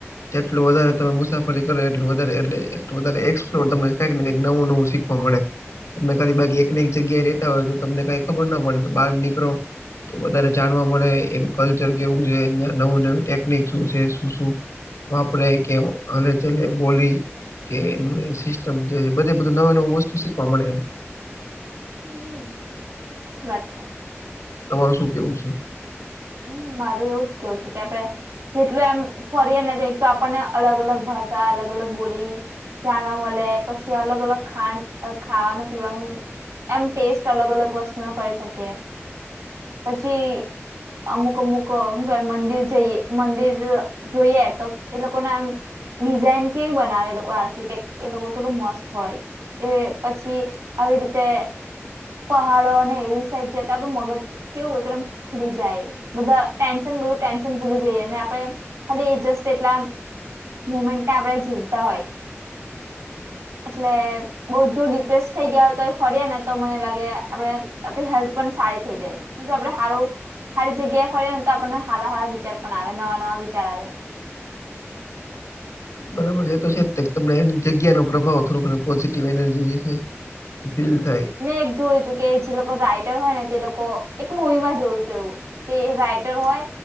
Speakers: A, on the left (about 85°); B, on the right (about 75°).
A: જેટલું વધારે તમે મુસાફરી કરો એટલું વધારે એટલે એટલું વધારે એક્સપ્લોર ત કક કક નવું નવું શી મળે, તમને ખાલી બાકી એકને એક જગ્યાએ રેતા હોય તો તમને કઈ ખબર ના પડે તો બહાર નીકળો. તો વધારે જાણવા મળે એનું કલ્ચર કેવું છે અં નવું નવી ટેકનિક શું છે શું શું વાપરે કે હ ચલે બોલી કે એ સિસ્ટમ જે બધ બધું નવી નવું વસ્તુ શીખવા મળે એમ.
B: હમ સાછી વાત છે.
A: તમાર શું કેવું છે?
B: હમ મારું એવું જ કેવું છે કે આપડે જેટલું એમ ફરીએ ને એટલું આપણને અલગ અલગ ભાષા અલગ અલગ બોલી. જાણવા મળે પછી અલગ અલગ ખાણ ખાવાનું પીવાનું એમ ટેસ્ટ અલગ અલગ વસ્તુ ન કરી શકીએ, પછી અમુક અમુક શું મંદિર જઈએ મંદિર જોઈએ તો એ લોકોને એમ ડિઝાઇન કેવીું બનાવે એ લોકો આર્કિટેક્ટ એ લોકો કેટલું મસ્ત હોય. એ પછી, આવી રીતે પહાડો અનેને એવી સાઈડ જાય તો આપડું મગજ કેવું એકદમ ખુલી જાય. બધ ટેન્શન બું ટેન્શન ભૂલી જઈએ આપે ખાલી જ એટલા મુમેન્ટને આપડે જીવતા હોય. એટલે બઉ જો ડિપ્રેસ થઈ ગયા હોય તો ફર્યા ને તો મને લાગે આપણે આપણી હેલ્થ પણ સારી થઈ જાય. જો આપડે સારું સારી જગ્યાએ ફરીએ ને તો આપણને સારા સારા વિચાર પણ આવે નવા નવા વિચાર આવે.
A: બરાબર છે તો છે તમને એની જગ્યા નો પ્રભાવ થોડોકો પોઝિટિવ એનર્જી જે છે. ફીલ થાય.
B: મેં એક જોયું હતું કે જે લોકો રાઈટર હોય ને તે લોકો એક મવી માં જોયું હતું એવું કે રાઈટર હોય